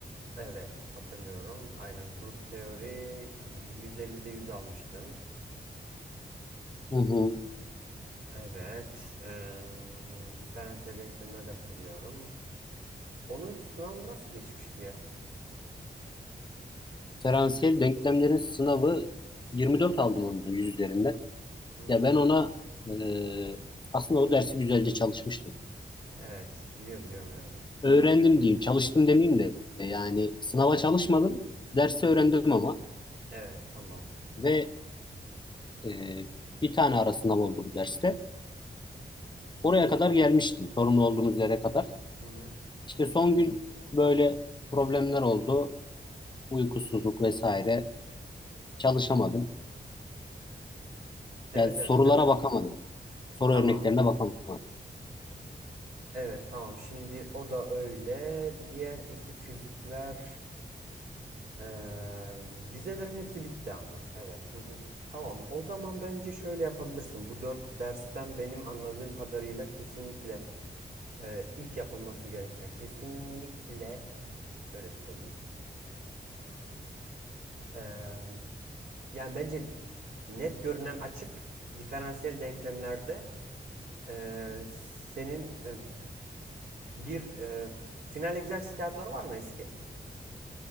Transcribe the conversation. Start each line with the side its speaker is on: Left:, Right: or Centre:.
Right: Evet, hatırlıyorum. Aynen grup teori 150'de 100 almıştın.
Left: Hı hı.
Right: Evet. eee diferansiyel denklemleri de hatırlıyorum. Onun sınavı nasıl geçmişti ya?
Left: Diferansiyel denklemlerin sınavı 24 aldım onun 100 üzerinden.
Right: Hı hı.
Left: Ya ben ona e, aslında o dersi güzelce çalışmıştım.
Right: Evet, biliyorum biliyorum evet.
Left: Öğrendim diyeyim, çalıştım demeyeyim de yani sınava çalışmadım, dersi öğrendim ama
Right: Evet, tamam.
Left: ve e, bir tane ara sınav oldu bu derste. Oraya kadar gelmiştim, sorumlu olduğumuz yere kadar.
Right: Hı hı.
Left: İşte son gün böyle problemler oldu, uykusuzluk vesaire. Çalışamadım.
Right: Evet
Left: Yani sorulara
Right: evet hatırlıyorum.
Left: bakamadım, soru
Right: Tamam.
Left: örneklerine bakamadım.
Right: Evet tamam şimdi o da öyle. Diğer iki fizikler eee, vizelerin hepsi bitti ama. Evet. Hı hı. Tamam o zaman bence şöyle yapabilirsin. Bu dört dersten benim anladığım kadarıyla kesinlikle eee, ilk yapılması gereken kesinlikle şöyle söyleyeyim. Eee, yani bence net görünen açık diferansiyel denklemlerde eee, senin eee, bir eee, final egzersiz kağıtları var mı eski?